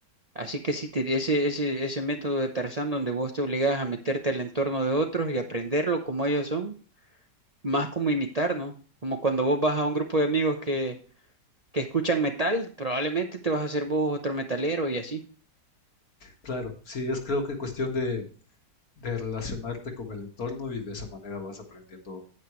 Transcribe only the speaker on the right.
Así que sí, te- ese, ese, ese método de Tarzán donde vos te obligás a meterte al entorno de otros y aprenderlo como ellos son más como imitar, ¿no? Como cuando vos vas a un grupo de amigos que, que escuchan metal, probablemente te vas a hacer vos otro metalero y así.